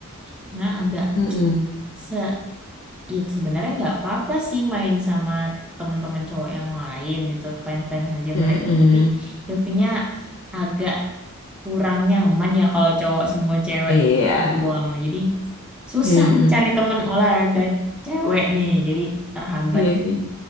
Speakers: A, in the centre; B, on the left.
A: Karena agak
B: Heeh.
A: se ya sebenarnya nggak apa-apa sih main sama teman-teman cowok yang lain gitu, fine-fine aja
B: Heeh.
A: mereka. Tapi Lutfinya agak kurang nyaman ya kalau cowok semua cewek
B: Iya.
A: doang. Jadi susah
B: Heeh.
A: mencari teman olahraga cewek nih. Jadi terhambat
B: Iya, iya.